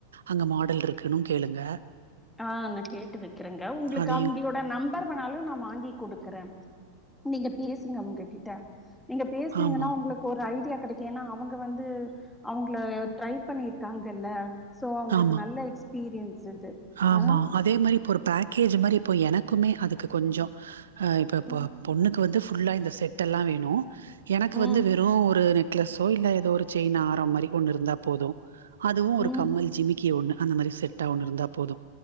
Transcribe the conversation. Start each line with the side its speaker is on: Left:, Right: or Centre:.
Right: அங்க மாடல் இருக்குனு கேளுங்க
Centre: ஆ நா கேட்டு வக்கிறங்க உங்களுக்கு
Right: அதையு
Centre: அவங்களோட் ட நம்பர் வேணாலு நா வாங்கி குடுக்குறே நீங்க பேசுங்க அவங்ககிட்ட நீங்க பேசுனீங்கனா
Right: ஆமா
Centre: உங்களுக் ஒரு ஐடியா கெடைக்கு ஏனா அவங்க வந்து அவங்கள ட்ரை பண்ணிருக்காங்கல சோ அவங்களுக்கு
Right: ஆமா
Centre: நல்ல எக்ஸ்பீரியன்ஸ் இது
Right: ஆமா
Centre: ஆ
Right: அதே மாறி இப்ப ஒரு பேக்கேஜி மாறி இப்போ எனக்குமே அதுக்கு கொஞ்சோ ஆ இப்பப்போ
Centre: ம்
Right: பொண்ணுக்கு வந்து ஃபுல்லா இந்த செட்டெல்லா வேணு எனக்கு
Centre: ம்
Right: வந்து வெறு ஒரு நெக் க்லெஸோ இல்ல ஏதோ ஒரு செயின் ஆரோ மாரி ஒண்ணிருந்தா போது அதுவு ஒரு கம்மல்
Centre: ம்
Right: ஜிமிக்கி ஒண்ணு அந்த மாறி செட்டா ஒன்னு இருந்தா போது